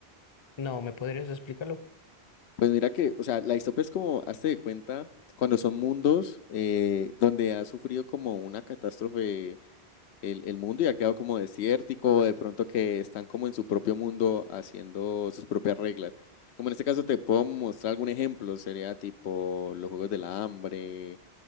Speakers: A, on the left; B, on the left.
A: No, ¿me podrías explicarlo?
B: Pues mira que, o sea, la distopía es como, hazte de cuenta, cuando son mundos eh, donde ha sufrido como una catástrofe el, el mundo y ha quedado como desértico, o de pronto que están como en su propio mundo haciendo sus propias reglas. Como en este caso te puedo mostrar algún ejemplo, sería tipo los Juegos del Hambre,